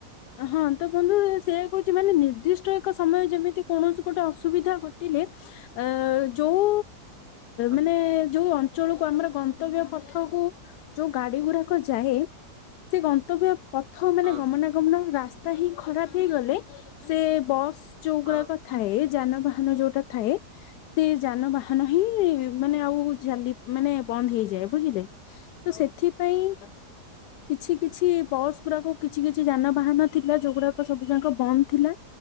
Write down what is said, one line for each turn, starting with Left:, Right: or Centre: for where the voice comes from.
Left: ହଁ ତ ବନ୍ଧୁ ସେଏ କହୁଛି ମାନେ ନିର୍ଦ୍ଦିଷ୍ଟ ଏକ ସମୟ ଯେମିତି କୌଣସି ଗୋଟେ ଅସୁବିଧା ଘଟିଲେ। ଆ ଯୋଉ
Right: ହଁ
Left: ମାନେ ଯୋଉ <unintelligible> ଆମର ଗନ୍ତବ୍ୟ ପଥକୁ ଯୋଉ ଗାଡି ଗୁଡାକ ଯାଏ ସେ ଗନ୍ତବ୍ୟ ପଥ ମାନେ
Right: ହଁ
Left: ଗମନାଗମନ ରାସ୍ତା ହିଁ ଖରାପ ହେଇଗଲେ ସେ ବସ୍ ଯୋଉ
Right: ହଁ
Left: ଗୁଡାକ ଥାଏ ଯାନବାହାନ ଯୋଉଟା ଥାଏ। ସେ ଯାନବାହାନ ହିଁ ମାନେ ଆଉ ଚାଲି ମାନେ ବନ୍ଦ ହେଇଯାଏ ବୁଝିଲେ। ତ ସେଥିପାଇଁ କିଛି କିଛି ବସ୍ ଗୁଡାକ କିଛି କିଛି କିଛି ଯାନବାହାନ ଥିଲା ଯୋଉଗୁଡାକ ସବୁ ଯାକ ବନ୍ଦ ଥିଲା